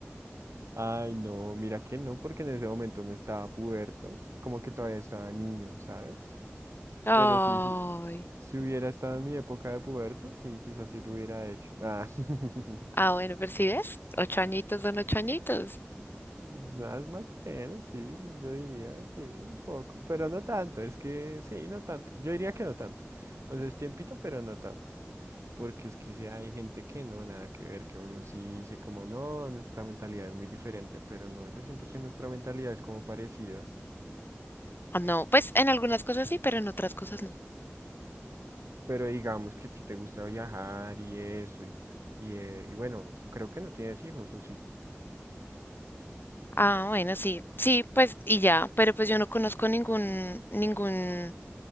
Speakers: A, on the right; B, on the left.
A: Ay, no, mira que no, porque en ese momento no estaba puberto, como que todavía estaba niño, ¿sabes?
B: Ay.
A: Pero sí, sí. Si hubiera estado en mi época de puberto, sí, quizás sí lo hubiera hecho. Ah. <laughs>
B: Ah, bueno, pero si ves, ocho añitos son ocho añitos.
A: Más, más o menos, sí, yo diría, sí, un poco, pero no tanto, es que sí, no tanto. Yo diría que no tanto. Pues es tiempito, pero no tanto. Porque es que sí hay gente que no, nada que ver, que uno sí dice como, no, nuestra mentalidad es muy diferente, pero no, yo siento que nuestra mentalidad es como parecida.
B: Ah, No, pues en algunas cosas sí, pero en otras cosas no.
A: Pero digamos que a ti te gusta viajar y eso, y, y, eh, y bueno, creo que no tienes hijos, ¿o sí?
B: Ah, bueno, sí, sí, pues y ya, pero pues yo no conozco ningún, ningún,